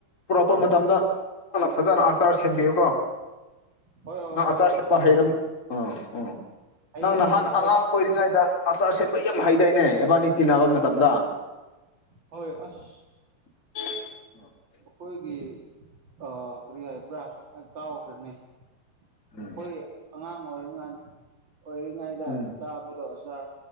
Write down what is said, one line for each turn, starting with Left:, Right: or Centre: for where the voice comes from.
Left: ꯄꯨꯔꯛꯄ ꯃꯇꯝꯗ ꯅ ꯐꯖꯟꯅ ꯑꯆꯥꯔ ꯁꯦꯝꯕꯤꯌꯨꯀꯣ
Right: ꯍꯣꯏ ꯍꯣꯏ
Left: ꯅꯥ
Right: ꯍꯣꯏ
Left: ꯑꯆꯥ꯭ꯔ
Right: ꯄꯨꯔꯛꯑꯣ
Left: ꯁꯦꯝꯕ ꯍꯩꯔꯝ ꯑꯥ ꯎ
Right: ꯍꯌꯦꯡ
Left: ꯅꯪ ꯅꯍꯥꯟꯅ
Right: ꯍꯌꯦꯡ
Left: ꯑꯉꯥꯡ
Right: ꯑꯩ
Left: ꯑꯣꯏꯔꯤꯉꯩꯗ ꯑꯆꯥꯔ ꯁꯦꯝꯕ ꯌꯥꯝ ꯍꯩꯗꯥꯏꯅꯦ ꯏꯕꯥꯅꯤ ꯇꯤꯟꯅꯕ ꯃꯇꯝꯗ
Right: ꯍꯣꯏ ꯑ꯭ꯁ
Left: <inaudible>
Right: ꯈꯣꯏꯒꯤ ꯑꯥ ꯀꯔꯤ ꯍꯥꯏꯕ꯭ꯔꯥ ꯑꯩ ꯀꯥꯎꯈ꯭ꯔꯅꯦ ꯑꯩꯈꯣꯏ
Left: ꯎꯝ
Right: ꯑꯉꯥꯡ ꯑꯣꯏꯔꯤꯉꯥꯟ ꯑꯣꯏꯔꯤꯉꯩꯗ
Left: ꯎꯝ
Right: ꯆꯥꯕꯗꯣ ꯑꯆꯥꯔ